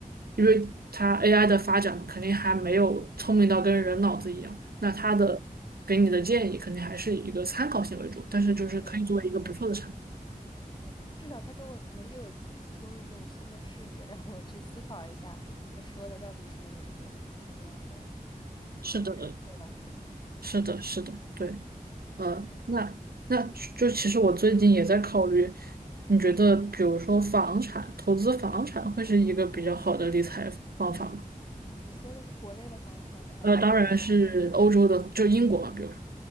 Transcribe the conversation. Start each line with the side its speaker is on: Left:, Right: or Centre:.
Right: 因为它 AI 的发展嘛肯定还没有聪明到跟人脑子一样，那它的给你的建议肯定还是以一个参考性为主，
Left: 嗯，
Right: 但是就是可以作为一个不错的参考。
Left: 对对对对，至少他给我能给我提提供一种新的视野，让我去思考一下他说的到底是一种什么样的，就正不正确吧？
Right: 是的，
Left: 觉得
Right: 是的，是的，对，呃，
Left: 对。
Right: 那那就其实我最近也在考虑，你觉得比如说房产，投资房产会是一个比较好的理财方法吗？
Left: 嗯，你说的是国内的房产吗？还是和国外？
Right: 呃，当然是欧洲的，就英国嘛，比如说。